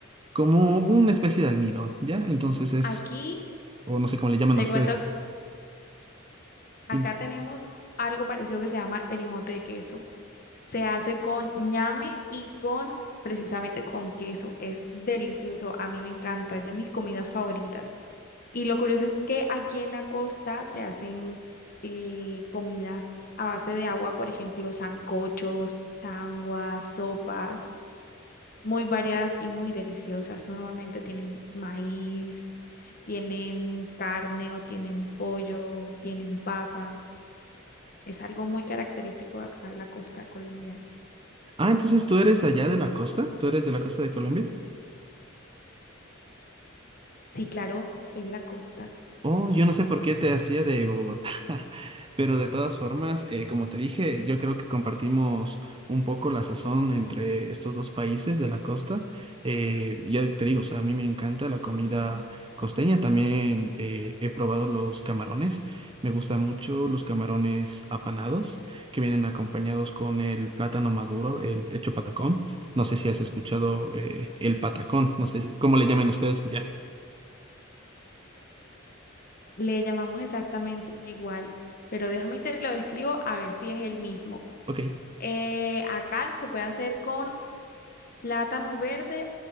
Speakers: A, on the right; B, on the left.
A: como una especie de almidón, ¿ya? Entonces es,
B: Aquí
A: o no sé cómo le llaman
B: te
A: a ustedes.
B: cuento,
A: ¿no?
B: acá
A: Tim.
B: tenemos algo parecido que se llama el mote de queso. Se hace con ñame y con precisamente con queso. Es delicioso, a mí me encanta, es de mis comidas favoritas. Y lo curioso es que aquí en la costa se hacen eh, comidas a base de agua, por ejemplo, sancochos, changuas, sopas, muy variadas y muy deliciosas. Normalmente tienen maíz, tienen carne o tienen pollo, tienen papa. Es algo muy característico acá de la costa colombiana.
A: Ah, entonces tú eres allá de la costa, tú eres de la costa de Colombia.
B: Sí, claro, soy de la costa.
A: Oh, yo no sé por qué te hacía de Bogotá, <laughs> pero de todas formas, eh, como te dije, yo creo que compartimos un poco la sazón entre estos dos países de la costa. Eh, ya te digo, o sea, a mí me encanta la comida costeña, también eh, he probado los camarones, me gustan mucho los camarones apanados, que vienen acompañados con el plátano maduro, el hecho patacón. No sé si has escuchado eh, el patacón, no sé si, cómo le llaman ustedes allá.
B: Le llamamos exactamente igual, pero déjame y te lo describo a ver si es el mismo.
A: Ok.
B: Eh, acá se puede hacer con plátano verde